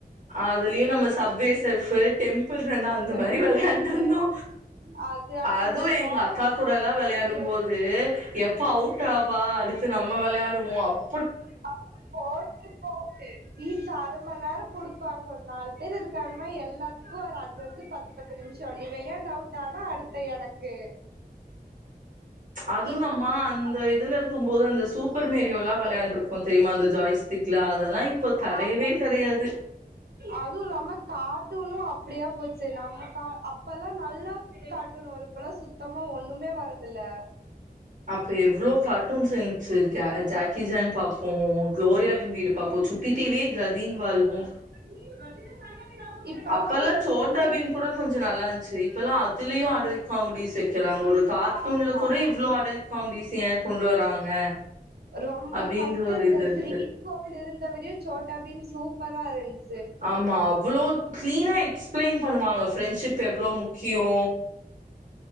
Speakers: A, on the right; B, on the right.
A: அதுலயும் நம்ம சப்வே செர்ஃப் டெம்பிள் ரன் அந்த
B: டெம்பிள்
A: மாதிரி விளையாண்ட்ருந்தோ
B: ரன்னு அது அப்புறோ
A: அதும்
B: அந்த
A: எங்க
B: டா
A: அக்கா
B: அந்த
A: கூட எல்லா
B: வெறி
A: விளையாடும்
B: எல்லா
A: போது இது எப்ப அவுட் ஆவா அடுத்து நம்ம விளையாடுவோ அப்
B: அப்டி போட்டி போட்டு வீட்ல அரை மணி நேரோ கொடுப்பாங்க ஒரு நாலு பேர் இருக்காங்கன்னா எல்லாத்துக்கு ஒரு அஞ்சஞ்சு பத்து பத்து நிம்ஷோ நீ வெளயாண்டு அவுட் ஆனா அடுத்த எனக்கு
A: அதுவு
B: இப்ப
A: நம்மா அந்த இதுல இருக்கும்போது அந்த சூப்பர் மேரியோல்லா வெளயாண்டுரு அப்போ தெரியுமா அந்த ஜாய்ஸ்டிக்லா அதெல்லாம் இப்ப கடயவே
B: ஆமாமா
A: கடயாது
B: அதுவு இல்லாம கார்ட்டூனு அப்டியா போச்சு நம்ம கா அப்பல்லா நல்லா கார்ட்டூன் வரு இப்பலா சுத்தமா ஒண்ணுமே வரதுல்ல
A: அப்போ எவ்ளோ கார்ட்டூன்ஸ் இருந்துச்சு ஜாக்கி ஜான் பாப்போம் க்ளோரியா வின் வீடு பாப்போ சுட்டி டிவி யே கதின் வாழ்வோ
B: <unintelligible>
A: அப்பல்லா
B: எதுமே
A: சோட்டாபீம் கூட கொஞ்சம் நல்லா இருந்துச்சு இப்பல்லா அதுலயும் அடல்ட் காமெடிஸ் வெக்கறாங்க ஒரு கார் இத்துன்ல
B: ஆமா
A: கூட இவ்ளோ அடல்ட் காமெடிஸ் ஏன் கொண்டு வராங்க
B: ரொம்ப
A: அப்டின்ற
B: ஃபர்ஸ்ட்டு
A: ஒரு
B: இந்த
A: இது இருக்கு
B: கிரீன் கோல்டு இருந்தவரையும் சோட்டா பீம் சூப்பரா இருந்துச்சி
A: ஆமா அவ்ளோ கிளீனா எக்ஸ்பிளைன் பண்ணுவாங்க ஃப்ரெண்ட்ஷிப் எவ்ளோ முக்கியோ